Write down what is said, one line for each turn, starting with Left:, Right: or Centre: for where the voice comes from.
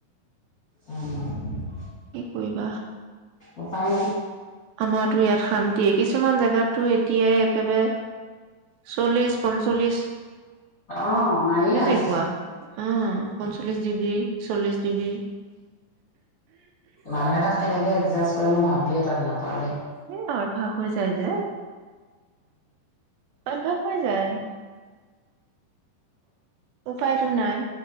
Left: উম
Right: কি কৰিবা?
Left: উপায় নাই
Right: আমাৰতো ইয়াত শান্তিয়েই, কিছুমান জেগাতটো এতিয়াই একেবাৰে চল্লিশ, পঞ্চল্লিশ
Left: অ' মাৰিয়ে
Right: তেনেকুৱা
Left: আছে।
Right: উম, পঞ্চল্লিশ ডিগ্ৰী, চল্লিশ ডিগ্ৰী।
Left: মানুহে তাত কেনেকে এডজাষ্ট কৰে মই ভাবিয়ে ত'ত নাপাওঁ দেই।
Right: এ, অভ্যাস হৈ যায় যে। অভ্যাস কৰি যায়। উপায়তো নাই,